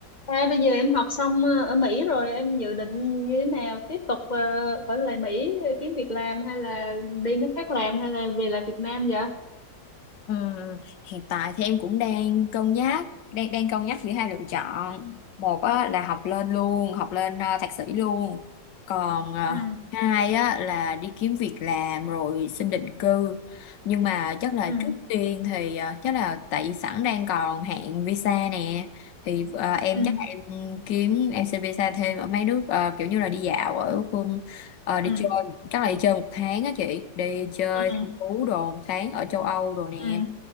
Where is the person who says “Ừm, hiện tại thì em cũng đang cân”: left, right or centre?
Left